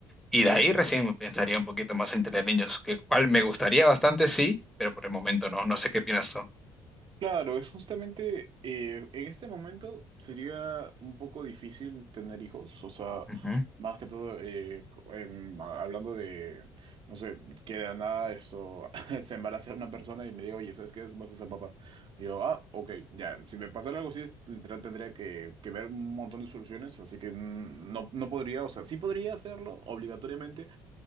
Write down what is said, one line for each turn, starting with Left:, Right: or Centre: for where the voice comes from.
Centre: Y de ahí recién pensaría un poquito más en tener niños, que cual me gustaría bastante, sí, pero por el momento no. No sé qué piensas tú.
Right: Claro, es justamente eh, en este momento sería un poco difícil tener hijos, o sea,
Centre: Ujú,
Right: más que todo eh, co- em, a- hablando de, no sé, que de la nada esto <laughs> se embaraza una persona y me diga, oye, ¿sabes qué? Vas a ser papá. Y yo, ah, ok, ya, si me pasara algo así, es- literal tendría que, que ver un montón de soluciones, así que mm, no, no podría, o sea, sí podría hacerlo obligatoriamente,